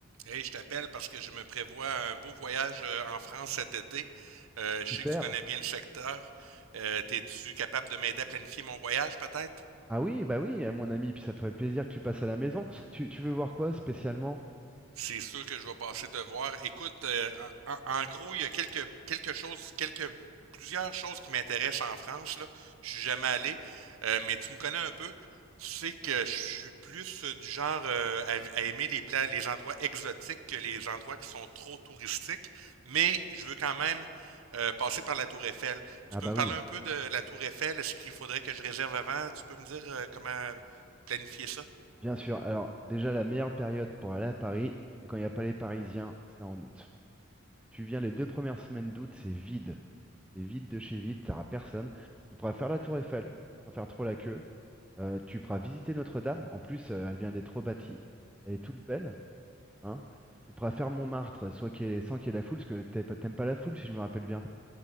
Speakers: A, on the right; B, in the centre.
A: Hey, je t'appelle parce que je me prévois un beau voyage euh, en France cet été. Euh,
B: Super.
A: je sais que tu connais bien le secteur. Euh, t'es-tu capable de m'aider à planifier mon voyage, peut-être?
B: Ah oui, bah oui, euh, mon ami, puis ça ferait plaisir que tu passes à la maison. Tu, tu veux voir quoi spécialement?
A: C'est sûr que je vais passer te voir. Écoute, euh, en, en gros, il y a quelques, quelque chose, quelques, plusieurs choses qui m'intéressent en France, là. Je suis jamais allé, euh, mais tu me connais un peu. Tu sais que je suis plus euh, du genre euh, à, à aimer les pla- les endroits exotiques que les endroits qui sont trop touristiques, mais je veux quand même euh, passer par la Tour Eiffel.
B: Ah
A: Tu peux
B: bah
A: me parler
B: oui,
A: un peu de la Tour Eiffel? Est-ce qu'il faudrait que je réserve avant? Tu peux me dire euh, comment planifier ça?
B: bien sûr. Alors déjà, la meilleure période pour aller à Paris, c'est quand il n'y a pas les Parisiens, c'est en août. Tu viens les deux premières semaines d'août, c'est vide. C'est vide de chez vide, t'auras personne. Tu pourras faire la tour Eiffel, sans faire trop la queue. Euh, tu pourras visiter Notre-Dame. En plus, euh, elle vient d'être rebâtie. Elle est toute belle, hein. Tu pourras faire Montmartre, soit qu'il y ait- sans qu'il y ait la foule, parce que t'aimes pas t'aimes pas la foule, si je me rappelle bien.